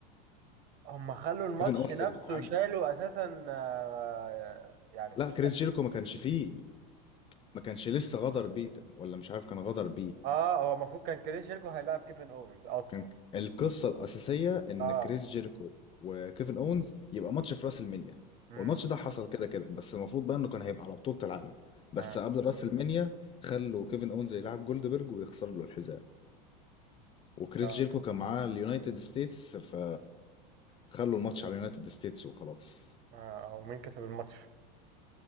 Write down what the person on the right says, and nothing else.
هم خلوا الماتش
نفسه
شالوا اساسا آه، يعني
ش-
اه هو المفروض كان كريس جيركو هيلاعب كيفن اوينز اصلا
اه
امم
اه
اه
آه، ومين كسب الماتش